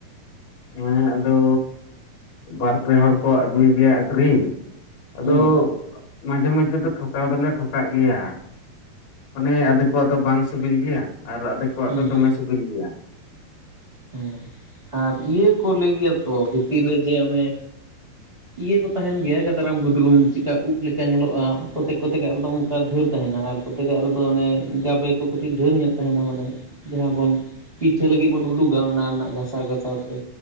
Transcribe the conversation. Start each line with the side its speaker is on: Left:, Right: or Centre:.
Left: ᱦᱮᱸ ᱟᱫᱚ ᱵᱟᱨ, ᱯᱮ ᱦᱚᱲ ᱠᱚ ᱟᱹᱜᱩᱭ ᱜᱮᱭᱟ ᱟᱹᱠᱷᱨᱤᱧ᱾ ᱟᱫᱚ
Right: ᱦᱩᱸ
Left: ᱢᱟᱡᱷᱮ ᱢᱟᱡᱷᱮ ᱫᱚ ᱴᱷᱚᱠᱟᱣ ᱫᱚᱞᱮ ᱴᱷᱚᱠᱟᱜ ᱜᱮᱭᱟ᱾ ᱢᱟᱱᱮ ᱟᱫᱷᱮᱠ ᱠᱚᱣᱟᱜ ᱫᱚ ᱵᱟᱝ ᱥᱤᱵᱤᱞ ᱜᱮᱭᱟ ᱟᱨ ᱟᱫᱷᱮᱠ ᱠᱚᱣᱟᱜ
Right: ᱦᱮᱸ
Left: ᱫᱚ ᱫᱚᱢᱮ ᱥᱤᱵᱤᱞ ᱜᱮᱭᱟ᱾
Right: ᱦᱮᱸ ᱟᱨ ᱤᱭᱟᱹ ᱠᱚ ᱞᱟᱹᱭ ᱜᱮᱭᱟ ᱛᱚ ᱵᱷᱤᱛᱤᱨ ᱨᱮ ᱡᱮ ᱚᱱᱮ
Left: <inaudible>
Right: ᱤᱭᱟᱹ ᱠᱚ ᱛᱟᱦᱮᱱ ᱜᱮᱭᱟ ᱜᱟᱫᱨᱟᱢ ᱜᱩᱫᱽᱨᱩᱢ ᱪᱮᱠᱟ ᱩᱵ ᱞᱮᱠᱟ ᱧᱮᱞᱚᱜ-ᱟ ᱠᱚᱛᱮᱠ ᱠᱚᱛᱮᱠ ᱟᱨᱫᱚ ᱚᱱᱠᱟ ᱫᱷᱟᱹᱨ ᱛᱟᱦᱮᱱᱟ ᱟᱨ ᱠᱚᱛᱮ ᱛᱮᱜᱟᱜ ᱨᱮᱫᱚ ᱚᱱᱮ ᱜᱟᱵᱮ ᱠᱚ ᱠᱟᱹᱴᱤᱡ ᱰᱷᱟᱹᱨ ᱧᱚᱜ ᱛᱟᱦᱮᱱᱟ ᱢᱟᱱᱮ ᱡᱟᱦᱟᱸ ᱵᱚᱱ ᱯᱤᱴᱷᱟᱹ ᱞᱟᱹᱜᱤᱫ ᱵᱚᱱ ᱩᱰᱩᱠ ᱚᱱᱟ ᱨᱮᱱᱟᱜ ᱜᱷᱟᱥᱟᱣ ᱜᱟᱥᱟᱣ ᱛᱮ᱾